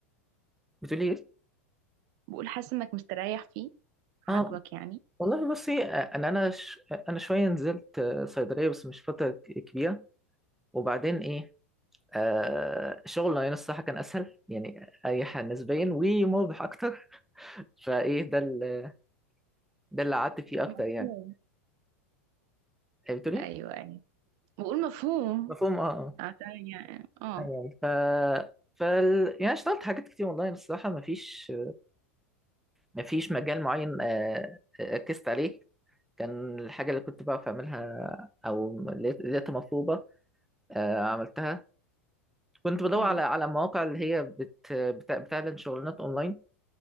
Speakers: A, in the centre; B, on the right.
A: بتقولي ايه؟
B: بقول حاسس انك مستريح فيه عاجبك
A: اه
B: يعني
A: والله بصي آه، انا انا ش... انا شويه نزلت آه، صيدليه بس مش فتره ك- كبيره وبعدين ايه آه شغل يعني الصراحه كان اسهل يعني اريح نسبيا ومربح اكتر فايه ده ال... ده اللي قعدت فيه اكتر
B: مفهوم
A: يعني آه، بتقولي
B: ايوه
A: إيه؟
B: ايوه بقول مفهوم
A: مفهوم اه اه
B: عشان يعني اه
A: أيوة. ف فال... يعني اشتغلت حاجات كتير والله الصراحه مفيش مفيش مجال معين آه، ركزت عليه كان الحاجه اللي كنت بعرف اعملها او لقيت- لقيتها مطلوبه آه، عملتها كنت بدور
B: امم
A: على على مواقع اللي هي بت بت- بتعلن شغلانات اونلاين